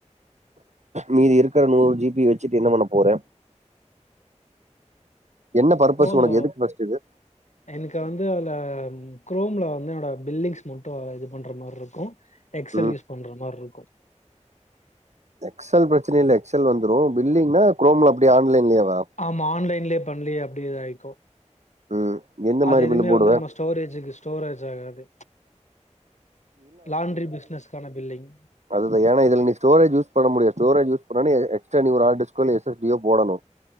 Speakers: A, on the right (about 65°); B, on the left (about 70°).
A: மீதி இருக்ற நூறு ஜிபி வச்சிட்டு என்ன பண்ண போற என்ன பர்பஸ்
B: போது
A: உனக்கு எதுக்கு ஃபஸ்ட்டு இது
B: எனக்கு வந்து அந்த குரோம்ல வந்து என்னோட பில்லிங்ஸ் மட்டும் இது பண்ற மார்ருக்கோ எக்ஸ்சல்
A: ம்
B: யூஸ் பண்ற மார்ருக்கோ
A: எக்ஸ்சல் பிரச்சன இல்ல எக்ஸ்சல் வந்துரூ பில்லிங்னா குரோம்ல அப்டியே ஆன்லைன்லேவா
B: ஆமா ஆன்லைன்லேயே பண்ணி அப்டியே இத ஆய்க்கூ
A: ம் எந்த
B: அது
A: மாதிரி
B: எதுவுமே
A: பில்லு போடுவேன்
B: வந்து நம்ம ஸ்டோரேஜுக்கு ஸ்டோரேஜ் ஆகாது லாண்ட்ரி பிசினஸ்கான பில்லிங்
A: அதுதா ஏன்னா இதுல நீ ஸ்டோரேஜ் யூஸ் பண்ண முடியாது ஸ்டோரேஜ் யூஸ் பண்ணோன்னோ எக்ஸ்ட்ரா நீ ஒரு ஹார்ட் டிஸ்கோ எஸ் எஸ் டீயோ போடணோ